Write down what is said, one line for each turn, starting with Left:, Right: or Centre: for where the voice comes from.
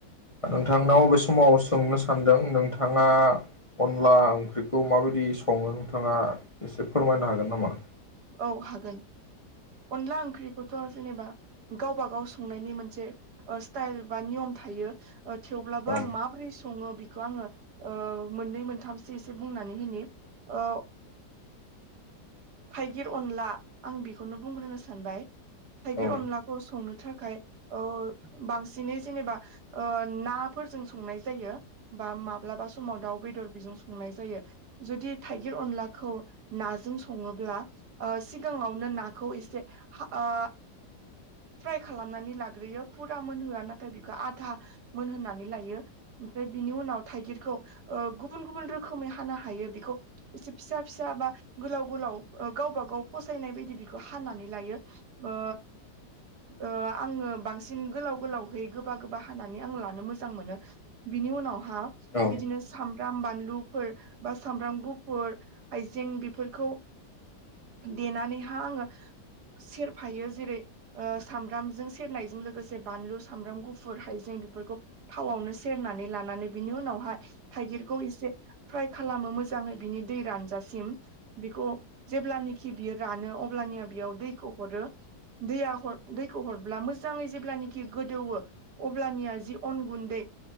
Left: नोंथांनाव बे समाव सोंनो सानदों नोंथाङा अनला ओंख्रिखौ माबायदि सङो नोंथाङा एसे फोरमायनो हागोन नामा
Right: औ हागोन अनला ओंख्रिखौथ जेनेबा गावब गाव संनायनि मोनसे ओ स्टाइल बा नियम थायो थेवब्लाबो
Left: औ
Right: आं माबोरै सङो खौ आङो ओ मोननै मोनथामसो एसे बुंनानै होनि औ थाइगिर अनला आं बेखौनो बुंग्रोनो सानबाय थाइगिर
Left: औ
Right: अनलाखौ संनो थाखाय ओ बांसिनै जेनेबा ओ नाफोरजों संनाय जायो बा माब्लाबा समाव दाउ बेदर बेजों संनाय जायो जुदि थाइगिर अनलाखौ नाजों सङोब्ला ओ सिगाङावनो नाखौ एसे ओ फ्राय खालामनानै लाग्रोयो फुरा मोनहोआ नाथाय बेखौ आधा मोनहोनानै लायो ओमफ्राय बिनि उनाव थाइगिरखौ ओ गुबुन गुबुन रोखोमै हानो हायो बेखौ एसे फिसा फिसा बा गोलाव गोलाव गावबा गाव फसायनाय बायदि बेखौ हानानै लायो ओ ओ आङो बांसिन गोलाव गोलावहै गोबा गोबा हानानै आं लानो मोजां मोनो बिनि उनाव हा
Left: औ
Right: बिदिनो सामब्राम बानलु फोर सामब्राम गुफुर हाइजें बेफोरखौ देनानैहा आङो सेरफायो जेरै ओ सामब्रामजों सेरनायजों लोगोसे बानलु सामब्राम गुफुर हाइजें बेफोरखौ थावआवनो सेरनानै लानानै बिनि उनावहाय थाइगिरखौ एसे फ्राय खालामो मोजाङै बिनि दै रानजासिम बेखौ जेब्लानाखि बियो रानो अब्लानिया बेयाव दैखौ हरो दैया ह दैखौ हरब्ला मोजाङै जेब्लानखि गोदौवो अब्लानिया जि अन गुन्दै